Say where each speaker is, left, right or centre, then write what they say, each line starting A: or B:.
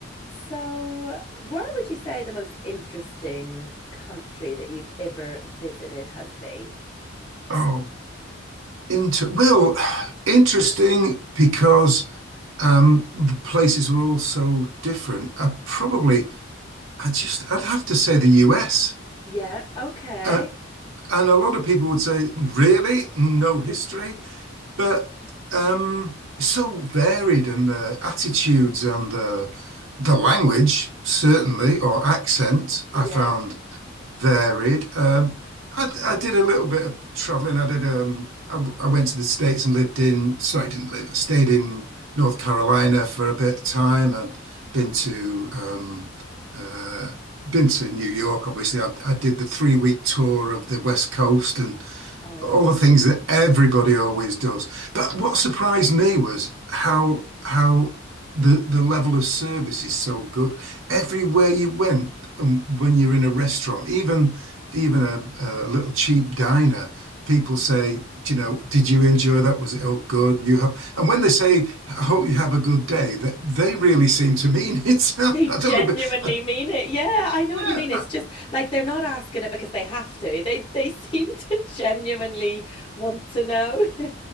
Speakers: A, on the left; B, on the right.
A: So, where would you say the most interesting country that you've ever visited has been?
B: Oh, inter well, <sighs> interesting because um the places were all so different. I probably I just I'd have to say the US.
A: Yeah, okay.
B: Uh, and a lot of people would say, really? No history?
A: <laughs>
B: But um it's so varied and the attitudes and the the language certainly or accent
A: Yeah.
B: I found varied. Um, I, I did a little bit of traveling. I did. Um, I, w- I went to the States and lived in. Sorry, I didn't live. I stayed in North Carolina for a bit of time. I've been to um, uh, been to New York. Obviously, I, I did the three week tour of the West Coast and
A: Oh,
B: all
A: amazing.
B: the things that everybody always does. But what surprised me was how how the the level of service is so good. Everywhere you went, um, when you're in a restaurant, even even a, a little cheap diner, people say, "Do you know, did you enjoy that? Was it all good? You have." And when they say, "I hope you have a good day," that they really seem to mean it. <laughs> I
A: They genuinely
B: don't know, but I,
A: mean it. Yeah, I know
B: yeah,
A: what you mean. It's
B: I,
A: just like they're not asking it because they have to. They they <laughs> seem to genuinely want to know. <laughs>